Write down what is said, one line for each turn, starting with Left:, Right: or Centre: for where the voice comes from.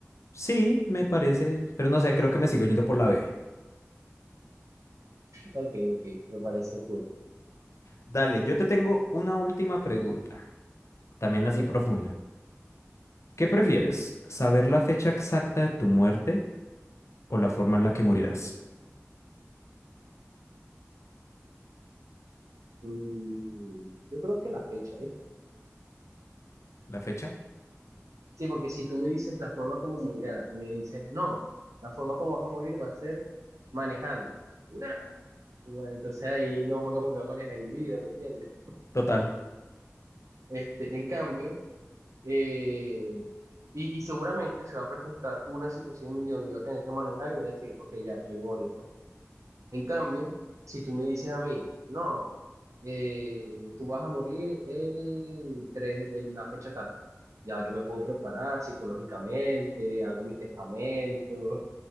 Left: sí, me parece, pero no sé, creo que me sigo yendo por la B.
Right: Ok, ok, me parece cool.
Left: Dale, yo te tengo una última pregunta, también
Right: ¿vale?
Left: así profunda. ¿Qué prefieres? ¿Saber la fecha exacta de tu muerte o la forma en la que morirás?
Right: Mm, yo creo que la fecha, ¿viste?
Left: la fecha.
Right: Sí, porque si tú me dices la forma como morirás y me dices, no, la forma como vas a morir va a ser manejando. Nada. Entonces ahí no voy a volver a manejar en mi vida, ¿me entiendes?
Left: Total,
Right: Este, en cambio, eh, y, y seguramente se va a presentar una situación en mi vida donde voy a tener que manejar y voy a decir, ok, ya, aquí me morí. pues". En cambio, si tú me dices a mí, no, eh, tú vas a morir el 3 de de la fecha tal, ya yo me puedo preparar psicológicamente, hago mi testamento,